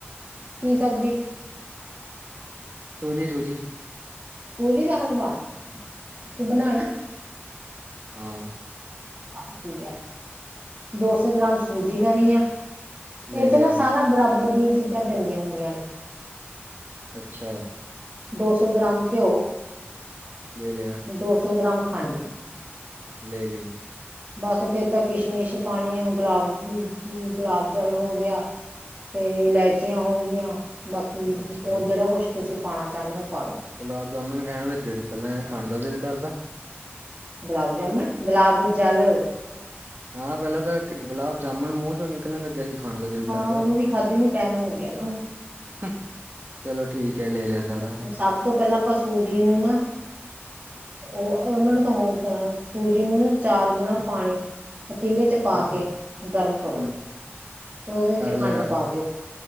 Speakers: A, on the right; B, on the right.
A: ਕੀ ਸਬਜ਼ੀ
B: ਸੂਜੀ-ਸੂਜੀ।
A: ਸੂਜੀ ਦਾ ਹਲਵਾ। ਤੂੰ ਬਣਾਉਣਾ
B: ਹੂ ਹਾਂ।
A: ਚਲ ਠੀਕ ਐ, ਦੋ ਸੌ ਗ੍ਰਾਮ ਸੂਜੀ ਲੈਣੀ ਆ।
B: ਲੈ
A: ਐਚ
B: ਲਿਆ
A: ਨਾ ਸਾਰਾ ਬਰਾਬਰ ਦੀਆਂ ਚੀਜ਼ਾਂ ਪੈਂਦੀਆਂ ਹੁੰਦੀਆਂ ਨੇ।
B: ਅੱਛਾ।
A: ਦੋ ਸੌ ਗ੍ਰਾਮ ਘਿਓ।
B: ਲੈ ਲਿਆ।
A: ਦੋ ਸੌ ਗ੍ਰਾਮ ਖੰਡ।
B: ਲੈ ਲੀ।
A: ਬਸ ਫੇਰ ਤਾਂ ਕਿਸ਼ਮਿਸ਼ ਪਾਣੀ ਆ। ਗੁਲਾਬ- ਗੁਲਾਬ ਜਲ ਹੋ ਗਿਆ। ਤੇ ਇਲਾਇਚੀਆਂ ਹੋ ਗਿਆ। ਬਾਕੀ
B: ਅੱਛਾ
A: ਹੋਰ ਜਿਹੜਾ ਕੁਛ ਤੁਸੀਂ ਪਾਉਣਾ ਚਾਹੁੰਦੇ ਹੋ ਪਾਲੋ।
B: ਗੁਲਾਬ ਜਾਮੁਨ ਕਹਿਣ ਲੱਗੇ ਸੀ, ਪਹਿਲਾਂ ਐ ਖਾਣ ਦਾ ਦਿਲ ਕਰਦਾ।
A: ਗੁਲਾਬ-ਜਾਮੁਨ, ਗੁਲਾਬ ਜਲ।
B: ਹਾਂ ਪਹਿਲਾਂ ਤਾਂ ਕਿ ਗੁਲਾਬ ਜਾਮੁਣ ਮੂੰਹ ਚੋਂ ਨਿਕਲਣ ਲੱਗਿਆ ਸੀ। ਖਾਣ ਦਾ ਦਿਲ
A: ਹਾਂ
B: ਕਰਦਾ
A: ਉਹਨੂੰ ਵੀ ਖਾਦੀ ਨੂੰ ਟੈਮ ਹੋ ਗਿਆ ਨਾ ਹੁਣ।
B: ਹ, ਚਲੋ ਠੀਕ ਹੈ ਲੈ ਲਿਆ ਸਾਰਾ।
A: ਸਭ ਤੋਂ ਪਹਿਲਾਂ ਆਪਾਂ ਸੂਜੀ ਨੂੰ ਨਾ ਉਹ ਉਹਨਾਂ ਨੇ ਤਾਂ ਹੋਰ ਤਰ੍ਹਾਂ ਸੂਜੀ ਨੂੰ ਨਾ ਚਾਰ ਗੁਣਾ ਪਾਣੀ ਪਤੀਲੇ ਚ' ਪਾ ਕੇ। ਗਰਮ
B: ਹੂੰ
A: ਕਰੋ। ਤੇ ਉਹਦੇ
B: ਕਰ
A: ਚ'
B: ਲਿਆ
A: ਖੰਡ ਪਾ ਦਿਓ।